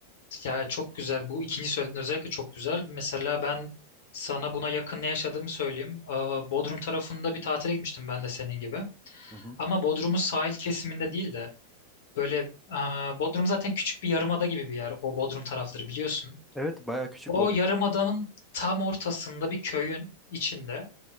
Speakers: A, on the left (about 55°); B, in the centre.
A: Ya çok güzel. Bu ikinci söylediğin özellikle çok güzel. Mesela ben sana buna yakın ne yaşadığımı söyleyeyim. Aa, Bodrum tarafında bir tatile gitmiştim ben de senin gibi.
B: Hı hı.
A: Ama Bodrum'un sahil kesiminde değil de Böyle aa, Bodrum zaten küçük bir yarımada gibi bir yer. O Bodrum tarafları biliyorsun.
B: Evet bayağı küçük
A: O
B: Bodrum.
A: yarımadanın tam ortasında bir köyün içinde.